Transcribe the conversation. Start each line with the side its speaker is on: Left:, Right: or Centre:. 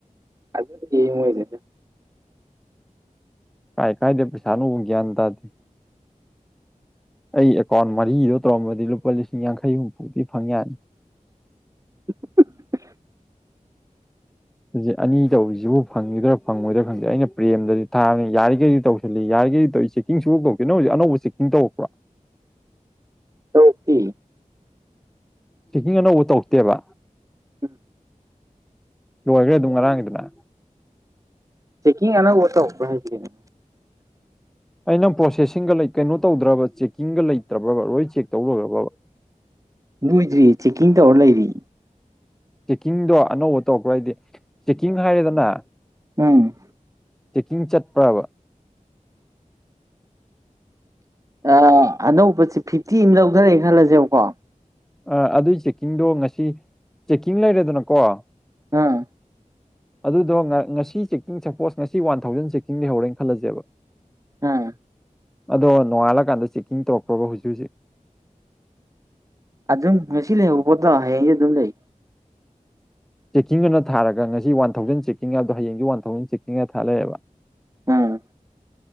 Right: <unintelligible> ꯃꯣꯏꯗꯨꯗꯤ꯫
Centre: ꯀꯥꯏ ꯀꯥꯏꯗꯩ ꯄꯩꯁꯥꯅꯣꯕꯨ ꯒ꯭ꯌꯥꯟ ꯇꯥꯗꯦ꯫ ꯑꯩ ꯑꯦꯀꯥꯎꯟ ꯃꯔꯤꯗꯣ ꯇꯧꯔꯝꯃꯗꯤ ꯂꯨꯄꯥ ꯂꯤꯁꯤꯡ ꯌꯥꯡꯈꯩ ꯍꯨꯝꯐꯨꯗꯤ ꯐꯪ ꯌꯥꯅꯤ꯫
Right: <unintelligible>
Centre: ꯍꯧꯖꯤꯛ ꯑꯅꯤ ꯇꯧꯔꯤꯁꯤꯕꯨ ꯐꯪꯒꯤꯗ꯭ꯔꯥ ꯐꯪꯉꯣꯏꯗ꯭ꯔꯥ ꯈꯪꯗꯦ ꯑꯩꯅ ꯄ꯭ꯔꯦꯝꯗꯗꯤ ꯊꯥꯕꯅꯤ ꯌꯥꯔꯤꯈꯩꯗꯤ ꯇꯧꯁꯤꯜꯂꯤ ꯌꯥꯔꯤꯈꯩꯗꯤ ꯇꯧꯏꯁꯤ꯫ ꯆꯦꯀꯤꯡ ꯁꯨꯡꯇꯧ ꯇꯧꯔꯛꯇꯦ ꯅꯪ ꯍꯧꯖꯤꯛ ꯑꯅꯧꯕ ꯆꯦꯛꯀꯤꯡ ꯇꯧꯔꯛꯄ꯭ꯔꯥ꯫
Right: ꯇꯧꯔꯛꯇꯤ꯫
Centre: ꯆꯦꯛꯀꯤꯡ ꯑꯅꯧꯕ ꯇꯧꯛꯇꯦꯕ꯫
Right: ꯎꯝ꯫
Centre: ꯂꯣꯏꯈ꯭ꯔꯦ ꯑꯗꯨꯝ ꯉꯔꯥꯡꯒꯤꯗꯨꯅ꯫
Right: ꯆꯦꯛꯀꯤꯡ ꯑꯅꯧꯕ ꯇꯧꯔꯛꯄ꯭ꯔꯥ ꯍꯥꯏꯁꯤ ꯀꯩꯅꯣ꯫
Centre: ꯑꯩꯅꯪ ꯄ꯭ꯔꯣꯁꯦꯁꯤꯡꯒ ꯀꯩꯅꯣ ꯇꯧꯗ꯭ꯔꯕ ꯆꯦꯛꯀꯤꯡꯒ ꯂꯩꯇ꯭ꯔꯕꯕ ꯂꯣꯏ ꯆꯦꯛ ꯇꯧꯒ꯭ꯔꯕꯕ꯫
Right: ꯂꯣꯏꯗ꯭ꯔꯤ ꯆꯦꯛꯀꯤꯡ ꯇꯧꯔ ꯂꯩꯔꯤ꯫
Centre: ꯆꯦꯛꯀꯤꯡꯗꯣ ꯑꯅꯧꯕ ꯇꯧꯔꯛꯄ꯭ꯔꯥ ꯍꯥꯏꯗꯤ ꯆꯦꯛꯀꯤꯡ ꯍꯥꯏꯔꯦꯗꯅ
Right: ꯑꯪ꯫
Centre: ꯆꯦꯛꯀꯤꯡ ꯆꯠꯄ꯭ꯔꯕ꯫
Right: ꯑ ꯑꯅꯧꯕꯁꯤ ꯐꯤꯐꯇꯤ ꯑꯃ ꯂꯧꯊꯔꯦ ꯈꯜꯂꯁꯦꯕꯀꯣ꯫
Centre: ꯑ ꯑꯗꯨꯏ ꯆꯦꯛꯀꯤꯡꯗꯣ ꯉꯁꯤ ꯆꯦꯛꯀꯤꯡ ꯂꯩꯔꯦꯗꯅꯀꯣ꯫
Right: ꯑꯥ꯫
Centre: <inaudible> ꯑꯗꯨꯗꯣ ꯉ-ꯉꯁꯤ ꯆꯦꯛꯀꯤꯡ ꯁꯄꯣꯁ ꯉꯁꯤ ꯋꯥꯟ ꯊꯥꯎꯖꯟ ꯆꯦꯛꯀꯤꯡ ꯂꯩꯍꯧꯔꯦꯅ ꯈꯜꯂꯁꯦꯕ
Right: ꯑꯥ꯫
Centre: ꯑꯗꯣ ꯅꯣꯡꯉꯥꯜꯂꯀꯥꯟꯗ ꯆꯦꯛꯀꯤꯡ ꯇꯧꯔꯛꯄ꯭ꯔꯕ ꯍꯧꯖꯤꯛ ꯍꯧꯖꯤꯛ꯫
Right: ꯑꯗꯨꯝ ꯉꯁꯤ ꯂꯩꯍꯧꯕ ꯄꯣꯠꯇꯣ ꯍꯌꯦꯡꯁꯨ ꯑꯗꯨꯝ ꯂꯩ꯫
Centre: ꯆꯦꯛꯀꯤꯡ ꯑꯅ ꯊꯥꯔꯒ ꯉꯁꯤ ꯋꯥꯟ ꯊꯥꯎꯖꯟ ꯆꯦꯛꯀꯤꯡ ꯍꯥꯏꯕꯗꯣ ꯍꯌꯦꯡꯁ ꯋꯥꯟ ꯊꯥꯎꯖꯟ ꯆꯦꯛꯀꯤꯡ ꯍꯥꯏ ꯊꯥꯂꯩꯌꯦꯕ꯫
Right: ꯑꯥ